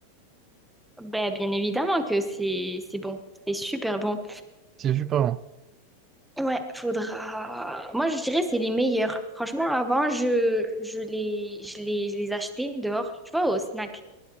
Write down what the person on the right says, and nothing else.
C'est super bon.